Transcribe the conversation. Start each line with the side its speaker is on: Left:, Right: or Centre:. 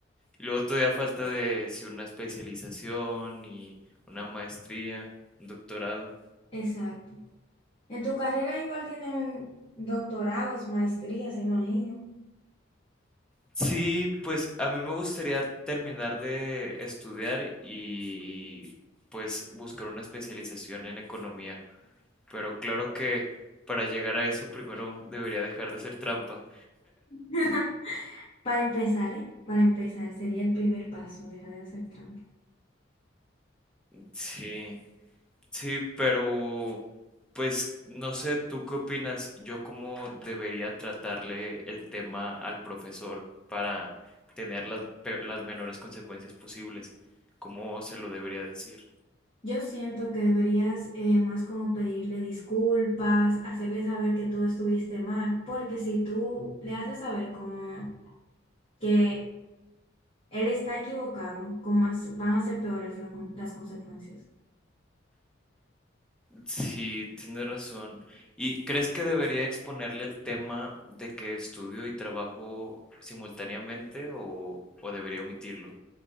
Centre: Y luego todavía falta de si una especialización y una maestría, un doctorado.
Left: Exacto. En tu carrera igual tienen doctorados, maestrías, imagino.
Centre: Sí, pues a mí me gustaría terminar de estudiar y pues buscar una especialización en economía. Pero claro que para llegar a eso primero debería dejar de hacer trampa.
Left: <laughs> Para empezar, ¿eh? Para empezar, sería el primer paso, deja de hacer trampa.
Centre: Sí, sí, pero pues no sé, ¿tú qué opinas? Yo cómo debería tratarle el tema al profesor para tener las, pe- las menores consecuencias posibles. ¿Cómo se lo debería decir?
Left: Yo siento que deberías eh, más como pedirle disculpas, hacerle saber que tú estuviste mal, porque si tú le haces saber como que él está equivocado, con más van a ser peores la con- las consecuencias.
Centre: Sí, tienes razón. ¿Y crees que debería exponerle el tema de que estudio y trabajo simultáneamente o, o debería omitirlo?